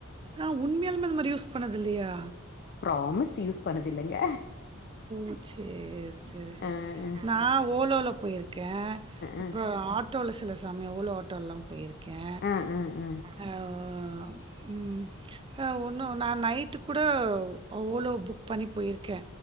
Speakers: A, on the right; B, on the left.
A: அ உண்மையாலுமே அந்த மாரி யூஸ் பண்ணதுல்லையா
B: ப்ராமிஸ் யூஸ் பண்ணது இல்லங்க
A: ஓ சேரி சேரி
B: ஆஹ்
A: நா ஓலோல பொயிருக்கே அப்றோ
B: அ
A: ஆட் ஆட்டோல சில சமயொ ஓலோ ஆட்டோல்லா பொயிருக்கே
B: அ அ அ
A: ஆ ஒ ம் ஆ ஒன்னு நா நைட்டு கூட அவ்வளோ புக் பண்ணி பொயிருக்கே